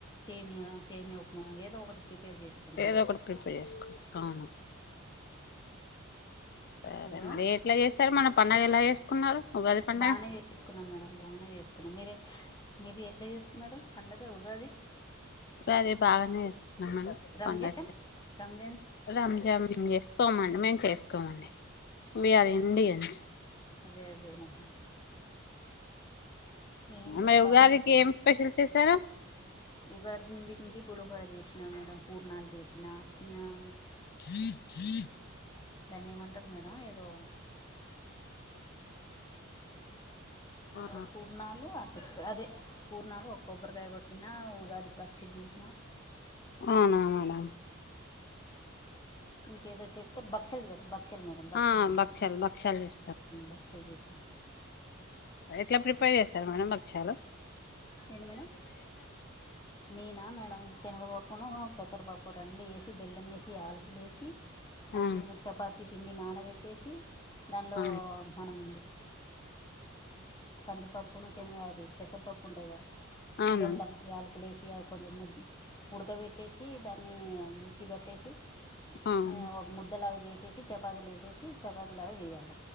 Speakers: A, on the left; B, on the left.
A: సేమియా సేమియా ఉప్మా ఏదో ఒకటి ప్రిపేర్ చేస్తా నేను
B: ఏదో ఒకటి ప్రిపేర్ చేసుకోవచ్చు అవును సరే
A: హలో
B: మరి ఎట్లా చేస్తారు మన పండగ ఎలా చేసుకున్నారు ఉగాది పండగ
A: బానే చేసుకున్నాం మేడం బాగానే కునాం మీర మీది ఎట్లా చేసుకున్నారు పండగ ఉగాది
B: ఇ అది బాగానే వేసుకున్నాం మడం
A: రంజాన్
B: పండగ
A: రంజాన్
B: రంజాన్ మేం చేసుకోమండి మేము చేసుకోమండి వీఆర్ ఇండియన్స్
A: అదే అదేనా మేము కూడా
B: మరి ఉగాదికి
A: బానే
B: ఏం స్పెషల్ చేసారు
A: ఉగాదికి పులహోర చేసినా మేడం పూర్ణాలు చేసినా ఆ
B: థ థ
A: దాన్ని ఏమంటారు మేడం ఏదో
B: అవునా
A: ఆ పూర్నాలు అటు అదే పూర్ణలు ఒక కొబ్బరికాయ కొట్టిన ఉగాది పచ్చడి చేసిన
B: అవునా మేడం
A: ఇంకేదో చెప్తారు బక్షలుది కదా బక్ష పక్షలు మేడం బక్షలు
B: ఆ
A: చూసినా
B: భక్షాలు భక్షాలు చేస్తారు
A: బక్షలు చూసినా
B: ఎట్లా ప్రిపేర్ చేస్తారు మనడం బక్షాలు
A: నేను మేడం నేనా మేడం శనగపప్పున పెసరపప్పు రన్నడు వేసి బెల్లం వేసి ఆలుకులు వేసి
B: అవును
A: ఒక చపాతి పిండి నానబెట్టేసి దానిలో
B: అవును
A: మనం కందిపప్పున శనగా అది పెసరపప్పు ఉంటాయి క
B: అవునండి
A: బెల్లం ఏలకులు లేసి కొంచెం ఉడకబెట్టిసి ఈ దాన్ని మిక్సి పట్టేసి
B: అవును
A: ఎ ఒక ముద్ద లాగ జేసి చేసి చపాతీల చేసి చపాతి లాగా జేయాల